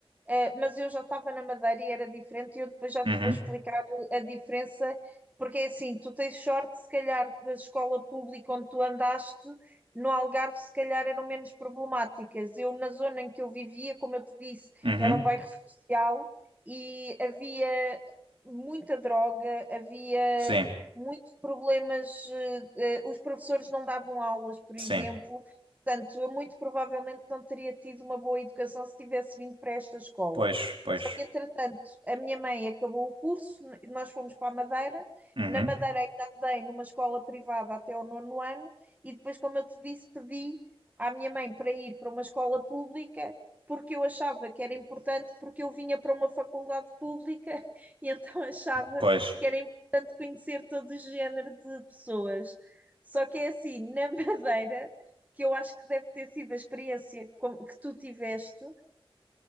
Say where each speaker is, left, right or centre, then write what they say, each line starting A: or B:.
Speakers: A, on the right (about 15°); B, on the right (about 60°).
A: Eh, mas eu já estava na Madeira e era diferente, e eu depois já te
B: uhum,
A: vou explicar a diferença, porque é assim, tu tens sorte, se calhar, da escola pública onde tu andaste, no Algarve, se calhar eram menos problemáticas. Eu, na zona em que eu vivia, como eu te disse,
B: uhum.
A: era um bairro social e havia muita droga, havia
B: Sim,
A: muitos problemas, eh, eh, os professores não davam aulas, por
B: sim.
A: exemplo. Portanto, eu muito provavelmente não teria tido uma boa educação se tivesse vindo para esta escola.
B: Pois, pois.
A: Só que, entretanto, a minha mãe acabou o curso, nós fomos para a Madeira.
B: Uhum,
A: Na Madeira ainda andei numa escola privada até o nono ano, e depois, como eu te disse, pedi à minha mãe para ir para uma escola pública, porque eu achava que era importante, porque eu vinha para uma faculdade pública, <laughs> e então achava
B: pois.
A: que era importante conhecer todo o género de pessoas. Só que é assim, na <laughs> Madeira que eu acho que deve ter sido a experiência que tu tiveste,